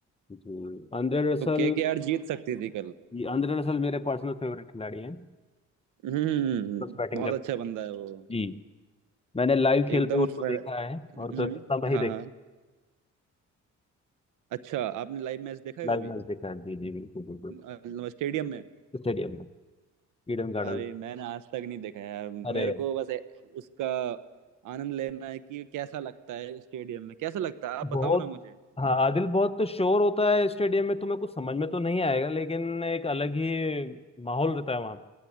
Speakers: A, on the left; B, on the right.
A: जी आंद्रे रसल
B: तो केकेआर जीत सकती थी कल
A: जी आंद्रे रसल मेरे पर्सनल फेवरेट खिलाड़ी हैं
B: हम्म
A: प्लस बैटिंग
B: बहुत
A: कर
B: अच्छा बंदा है वो
A: जी मैंने लाइव खेलते
B: एकदम
A: हुए उनको
B: फ्र-
A: देखा है और
B: हम्म,
A: कलकत्ता में ही
B: हाँ
A: देखा
B: हाँ अच्छा आपने लाइव मैच देखा है
A: लाइव
B: कभी
A: मैच देखा है जी जी बिल्कुल बिल्कुल
B: अ, स्टेडियम में
A: स्टेडियम में ईडन गार्डन
B: अरे मैंने आज तक नहीं देखा यार मेरे
A: अरे
B: को बस ए- उसका आनंद लेना है कि कैसा लगता है स्टेडियम में कैसा लगता है आप बताओ
A: बहुत
B: ना मुझे
A: हाँ आदिल बहुत शोर होता है स्टेडियम में तुम्हें कुछ समझ में तो नहीं आएगा लेकिन एक अलग ही माहौल रहता है वहां